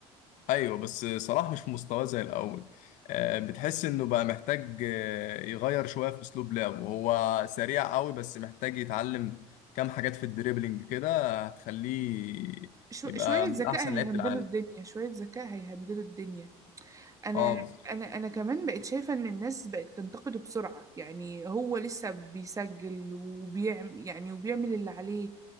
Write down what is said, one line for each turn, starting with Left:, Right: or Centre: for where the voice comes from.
Left: ايوه بس صلاح مش في مستواه زي الاول آه، بتحس انه بقى محتاج آه، يغير شويه في اسلوب لعبه هو سريع قوي بس محتاج يتعلم كام حاجات في الدريبلينج كده هتخليه
Right: شو
Left: يبقى
Right: شوية
Left: من
Right: ذكاء
Left: احسن
Right: هيهندلوا
Left: لعيبه العالم
Right: الدنيا شوية ذكاء هيهندلوا الدنيا انا
Left: اه بالظبط.
Right: انا انا كمان بقت شايفه ان الناس بقت تنتقده بسرعه يعني هو لسه بيسجل وبيعمل يعني وبيعمل اللي عليه